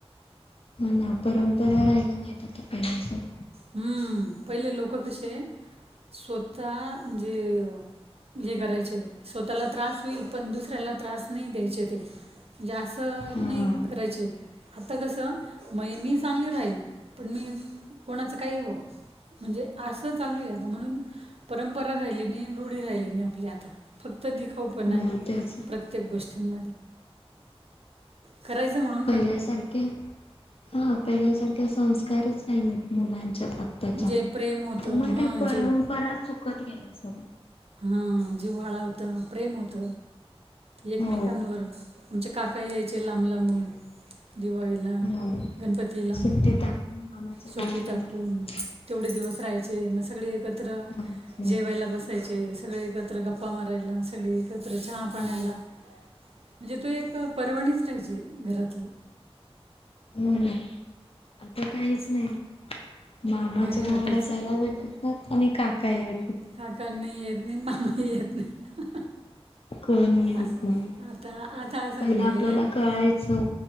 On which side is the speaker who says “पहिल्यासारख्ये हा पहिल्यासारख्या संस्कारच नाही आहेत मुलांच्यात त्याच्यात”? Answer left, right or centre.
Left